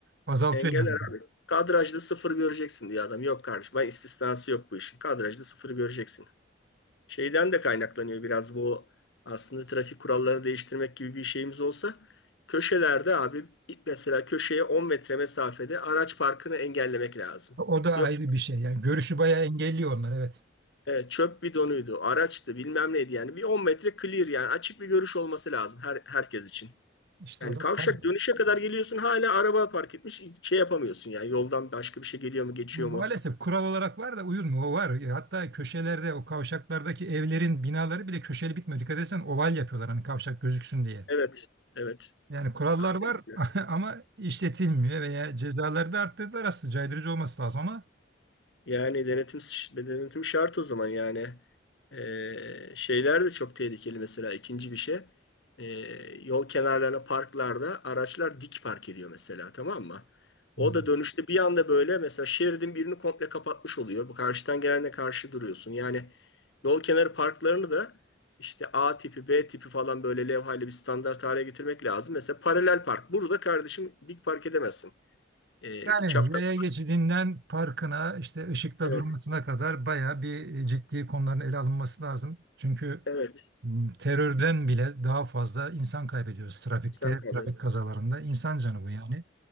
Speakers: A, on the right (about 60°); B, on the left (about 70°).
A: Azaltıyor
B: Engeller
A: yani.
B: abi. Kadrajda sıfır göreceksin diyor adam. Yok kardeşim. Ben istisnası yok bu işin. Kadrajda sıfır göreceksin. Şeyden de kaynaklanıyor biraz bu aslında trafik kurallarını değiştirmek gibi bir şeyimiz olsa köşelerde abi mesela köşeye 10 metre mesafede araç parkını engellemek lazım.
A: O da
B: Yok
A: ayrı bir şey. Yani görüşü bayağı engelliyor onlar evet.
B: e, çöp bidonuydu, araçtı bilmem neydi yani bir 10 metre clear yani açık bir görüş olması lazım her, herkes için.
A: İşte
B: Yani
A: o da
B: kavşak
A: kaldı.
B: dönüşe kadar geliyorsun hala araba park etmiş şey yapamıyorsun yani yoldan başka bir şey geliyor mu geçiyor
A: maalesef
B: mu?
A: kural olarak var da uyulmuyor. O var. E, Hatta köşelerde o kavşaklardaki evlerin binaları bile köşeli bitmiyor. Dikkat etsen oval yapıyorlar hani kavşak gözüksün diye.
B: Evet, evet.
A: Yani kurallar
B: Aynen.
A: var <laughs> ama işletilmiyor veya cezaları da arttırdılar aslında caydırıcı olması lazım ama
B: Yani denetim denetim şart o zaman yani. Ee, şeyler de çok tehlikeli mesela ikinci bir şey. Ee, yol kenarlarına parklarda araçlar dik park ediyor mesela tamam mı?
A: Hmm.
B: O da dönüşte bir anda böyle mesela şeridin birini komple kapatmış oluyor. Bu karşıdan gelenle karşı duruyorsun. Yani yol kenarı parklarını da işte A tipi, B tipi falan böyle levhayla bir standart hale getirmek lazım. Mesela paralel park. Burada kardeşim dik park edemezsin. Ee,
A: yani
B: çapraz.
A: yaya geçidinden parkına işte ışıkta
B: Evet,
A: durmasına kadar bayağı bir e, ciddi konuların ele alınması lazım. Çünkü
B: evet.
A: m, terörden bile daha fazla insan kaybediyoruz trafikte,
B: Sen kalıyorsun.
A: trafik kazalarında. İnsan canı bu yani.